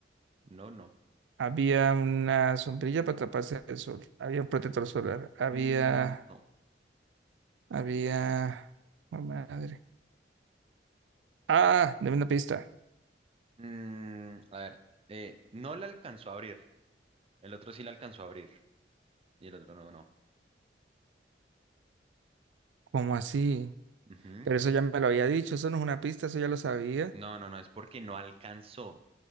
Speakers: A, on the right; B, on the right.
A: no, no.
B: había una sombrilla para taparse del sol, había un protector solar, había,
A: Mm, no.
B: había, oh, madre. Ah, de una pista.
A: Mm, a ver, eh, no la alcanzó a abrir. El otro sí la alcanzó a abrir y el otro no, no.
B: ¿Cómo así?
A: Ujú.
B: Pero eso ya me lo había dicho, eso no es una pista, eso ya lo sabía.
A: No, no, no, es porque no alcanzó.